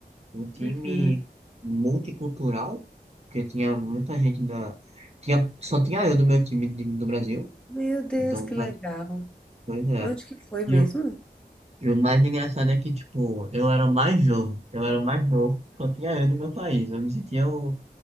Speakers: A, on the right (about 40°); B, in the centre.
A: um time
B: Uhum.
A: multicultural, porque tinha muita gente da. Tinha, só tinha eu do meu time de- do Brasil,
B: Meu Deus,
A: então,
B: que
A: pra
B: legal.
A: coisa
B: Onde
A: é.
B: que foi
A: E,
B: mesmo?
A: eu, e o mais engraçado é que, tipo, eu era o mais novo, eu era o mais novo, só tinha eu do meu país, eu me sentia o.